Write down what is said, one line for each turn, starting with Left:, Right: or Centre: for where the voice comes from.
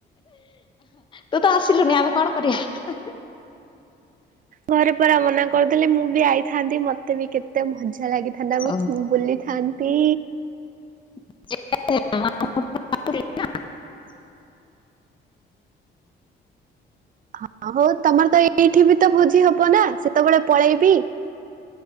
Left: ତୁ ତ ଆସିଲୁନି ଆମେ କଣ କରିବା।
Right: ଘରେ ପରା ମନା କରିଦେଲେ ମୁଁ ବି ଆଇଥାନ୍ତି ମତେ ବି କେତେ ଏତେ ମଜା ଲାଗିଥାନ୍ତା
Left: ଓହୋ
Right: ବୁଲିଥାନ୍ତି।
Left: <unintelligible>
Right: ହଁ ହଉ। ତମର ତ ଏଇଠି ବି ତ ଭୋଜି ହବ ନା ସେତେବେଳେ ପଳେଇବି।